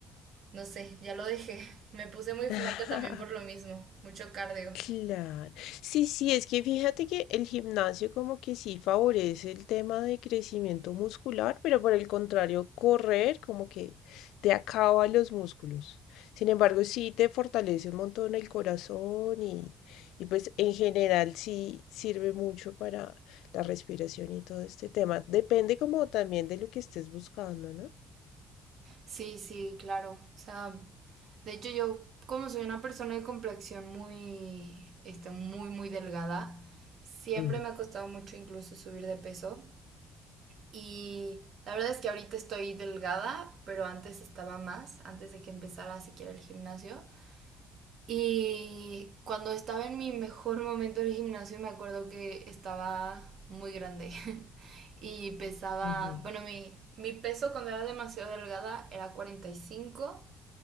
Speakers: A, on the right; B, on the left.
A: no sé, ya lo dejé. <laughs> Me puse muy
B: <laughs>
A: flaca también por lo mismo, mucho cardio.
B: Claro. Sí, sí, es que fíjate que el gimnasio como que sí favorece el tema de crecimiento muscular, pero por el contrario, correr como que te acaba los músculos. Sin embargo, sí te fortalece un montón el corazón y, y pues en general sí sirve mucho para la respiración y todo este tema. Depende como también de lo que estés buscando, ¿no?
A: Sí, sí, claro. O sea, de hecho yo como soy una persona de complexión muy, este, muy, muy delgada, siempre
B: Mm,
A: me ha costado mucho incluso subir de peso. Y la verdad es que ahorita estoy delgada, pero antes estaba más, antes de que empezara siquiera el gimnasio. Y cuando estaba en mi mejor momento del gimnasio me acuerdo que estaba muy grande <laughs> y pesaba,
B: ujú,
A: bueno, mi, mi peso cuando era demasiado delgada era 45